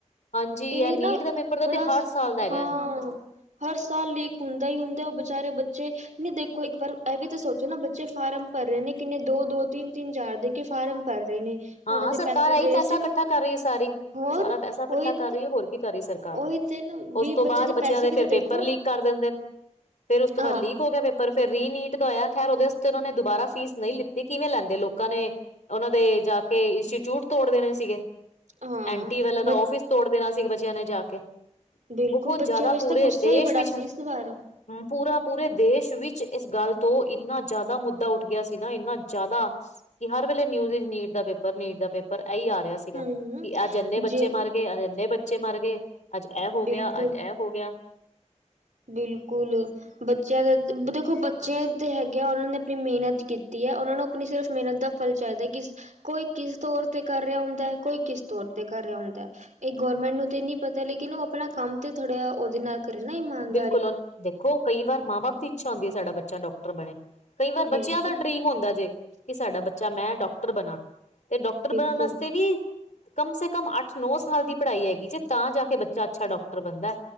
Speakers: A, on the left (about 75°); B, on the right (about 80°).
A: ਹਾਂਜੀ
B: ਏਹ
A: ਇਹ ਨੀਟ
B: ਨਾ,
A: ਦਾ ਪੇਪਰ ਦਾ
B: ਬੜਾ,
A: ਤੇ ਹਰ ਸਾਲ ਦਾ ਹੈਗਾ
B: ਹਾਂ। ਹਰ ਸਾਲ ਲੀਕ ਹੁੰਦਾ ਈ ਹੁੰਦਾ ਏ, ਉਹ ਬੇਚਾਰੇ ਬੱਚੇ, ਨੀ ਦੇਖੋ ਇੱਕ ਵਾਰ ਏਹ ਵੀ ਤੇ ਸੋਚੋ ਨਾ, ਬੱਚੇ ਫਾਰਮ ਭਰ ਰਏ ਨੇ, ਕਿੰਨੇ ਦੋ-ਦੋ, ਤਿੰਨ-ਤਿੰਨ ਹਜ਼ਾਰ ਦੇ ਕੇ ਫਾਰਮ ਭਰ ਰਹੇ ਨੇ।
A: ਹਾਂ,
B: ਉਹਨਾਂ ਦੇ
A: ਸਰਕਾਰ
B: ਪੈਸੇ
A: ਐ
B: ਵੇਸਟ
A: ਈ ਪੈਸਾ ਇਕੱਠਾ
B: ਵੀ
A: ਕਰ ਰਈ ਹੈ ਸਾਰੀ,
B: ਹੋਰ
A: ਸਾਰਾ ਪੈਸਾ ਇਕੱਠਾ
B: ਉਹੀ
A: ਕਰ ਰਈ ਏ, ਹੋਰ ਕੀ ਕਰ ਰਹੀ ਸਰਕਾਰ?
B: ਉਹੀ ਤੇ ਨਾ ਵੀ
A: ਉਸ ਤੋਂ ਬਾਅਦ,
B: ਬੱਚੇ
A: ਬੱਚਿਆਂ
B: ਪੈਸੇ
A: ਦੇ
B: ਵੀ ਤੇ
A: ਫਿਰ
B: ਦੇਖੋ
A: ਪੇਪਰ ਲੀਕ ਕਰ ਦਿੰਦੇ ਨ, ਫੇਰ ਉਸ ਤੋਂ
B: ਹਾਂ
A: ਬਾਅਦ ਲੀਕ ਹੋ ਗਿਆ ਪੇ ਪਰ ਫਿਰ ਰੀ ਨੀਟ ਦਾ ਹੋਇਆ, ਖੈਰ ਉਹਦੇ ਅਸਤੇ ਉਹਨਾਂ ਨੇ ਦੁਬਾਰਾ ਫੀਸ ਨਈ ਲਿੱਤੀ, ਕਿਵੇਂ ਲੈਂਦੇ? ਲੋਕਾਂ ਨੇ ਉਹਨਾਂ ਦੇ ਜਾ ਕੇ ਇੰਸਟੀਚਿਊਟ ਤੋੜ ਦੇਣੇ ਸੀਗੇ।
B: ਹਾਂ
A: ਐਂ ਟੀ ਵਾਲੇ ਦਾ
B: ਬ
A: ਔਫਿਸ ਤੋੜ ਦੇਣਾ ਸੀ ਬੱਚਿਆਂ ਨੇ ਜਾ ਕੇ।
B: ਬਿਲਕੁਲ
A: ਬਹੋਤ
B: ਬੱਚਿਆਂ
A: ਜ਼ਿਆਦਾ,
B: ਵਿੱਚ
A: ਪੂਰੇ
B: ਤਾਂ ਗੁੱਸਾ
A: ਦੇਸ਼
B: ਹੀ ਬੜਾ
A: ਵਿੱਚ
B: ਸੀ ਇਸ ਵਾਰ
A: ਹੂੰ, ਪੂਰਾ ਪੂਰੇ ਦੇਸ਼ ਵਿੱਚ ਇਸ ਗੱਲ ਤੋਂ, ਇੰਨਾ ਜ਼ਿਆਦਾ ਮੁੱਦਾ ਉੱਠ ਗਿਆ ਸੀ ਨਾ, ਇੰਨਾ ਜ਼ਿਆਦਾ ਕਿ ਹਰ ਵੇਲੇ ਨਿਊਜ਼ ਚ ਨੀਟ ਦਾ ਪੇ ਪਰ, ਨੀਟ ਦਾ ਪੇਪਰ ਏਈ ਆ ਰਿਹਾ ਸੀਗਾ।
B: ਹਮ
A: ਕਿ ਅੱਜ ਇੰਨੇ ਬੱਚੇ
B: ਜੇ
A: ਮਰ ਗਏ, ਅੱਜ ਇੰਨੇ ਬੱਚੇ ਮਰ ਗਏ। ਅੱਜ ਏਹ ਹੋ
B: ਬਿਲਕੁਲ
A: ਗਿਆ, ਅੱਜ ਏਹ ਹੋ ਗਿਆ।
B: ਬਿਲਕੁਲ। ਬੱਚਿਆਂ ਦਾ, ਬ ਦੇਖੋ ਬੱਚੇ ਤੇ ਹੈਗੇ ਆ, ਉਹਨਾਂ ਨੇ ਆਪਣੀ ਮਿਹਨਤ ਕੀਤੀ ਏ। ਉਹਨਾਂ ਨੂੰ ਆਪਣੀ ਸਿਰਫ਼ ਮਿਹਨਤ ਦਾ ਫਲ ਚਾਹੀਦਾ ਕਿ ਕੋਈ ਕਿਸ ਤੌਰ ਤੇ ਕਰ ਰਿਹਾ ਹੁੰਦਾ-ਕੋਈ ਕਿਸ ਤੌਰ ਤੇ ਕਰ ਰਿਹਾ ਹੁੰਦਾ। ਇਹ ਗੌਰਰਮੈਂਟ ਨੂੰ ਤੇ ਨਹੀਂ ਪਤਾ। ਲੇਕਿਨ ਉਹ ਆਪਣਾ ਕੰਮ ਤੇ ਥੋੜ੍ਹਾ ਉਹਦੇ ਨਾਲ ਕਰੇ ਨਾ ਇਮਾਨਦ
A: ਕੁਲਨ, ਦੇਖੋ ਕਈ ਵਾਰ ਮਾਂ ਬਾਪ ਦੀ ਇੱਛਾ ਹੁੰਦੀ ਹੈ। ਸਾਡਾ ਬੱਚਾ ਡਾਕਟਰ ਬਣੇ। ਕਈ ਵਾਰ ਬੱਚਿਆਂ
B: ਬਿਲਕੁਲ
A: ਦਾ ਡਰੀਮ ਹੁੰਦਾ ਜੇ ਕਿ ਸਾਡਾ ਬੱਚਾ ਮੈਂ ਡਾੱਕਟਰ ਬਣਾ। ਤੇ ਡਾੱਕਟਰ
B: ਬਿਲਕੁਲ
A: ਬਣਾਣ ਵਾਸਤੇ ਵੀ ਕਮ ਸੇ ਕਮ ਅੱਠ ਨੌ ਸਾਲ ਦੀ ਪੜ੍ਹਾਈ ਹੈਗੀ ਜੇ ਤਾਂ ਜਾ ਕੇ ਬੱਚਾ ਅੱਛਾ ਡਾਕਟਰ ਬਣਦਾ।